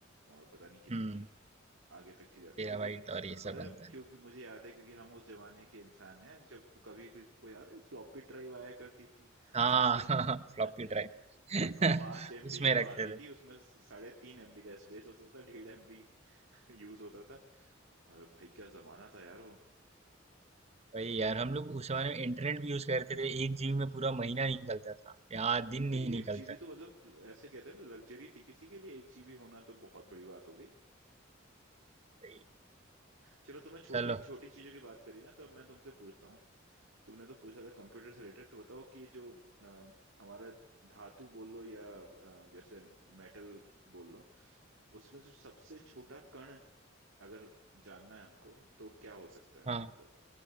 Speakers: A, on the right (about 85°); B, on the right (about 35°).
A: और पता नहीं कितनी
B: हुँ,
A: आगे तक की जाती
B: टेराबाइट
A: है लेकिन
B: और ये
A: पता
B: सब बनता
A: है क्योंकि
B: है।
A: मुझे याद है क्योंकि हम उस जमाने के इंसान हैं जब कभी कोई तुमको याद है फ्लॉपी ड्राइव आया करती थी
B: हाँ,
A: जिसकी
B: <laughs>
A: में
B: फ्लॉपी
A: <laughs>
B: ड्राइव <laughs>
A: पांच एमबी
B: उसमें
A: की वो
B: रखते
A: आती
B: थे।
A: थी उसमें साढ़े तीन एमबी का स्पेस होता था डेढ़ एमबी यूज होता था और भाई क्या जमाना था यार वो
B: वही यार हम लोग उस जमाने में इंटरनेट भी यूज करते थे एक जीबी में पूरा महीना निकलता था यार दिन
A: भाई
B: नहीं
A: एक
B: निकलता
A: जीबी तो मतलब ऐसे कहते हैं ना लग्जरी थी किसी के लिए एक जीबी होना तो बहुत बड़ी बात हो गई
B: वही
A: चलो तुमने छोटी
B: चलो
A: छोटी चीजों की बात करी ना तो अब मैं तुमसे पूछता हूँ तुमने तो पूछा था कंप्यूटर से रिलेटेड तो बताओ कि जो अ, हमारा धातु बोल लो या अ, जैसे मेटल बोल लो उसमें जो सबसे छोटा कण अगर जानना है हमको तो क्या हो सकता है
B: हाँ
A: मतलब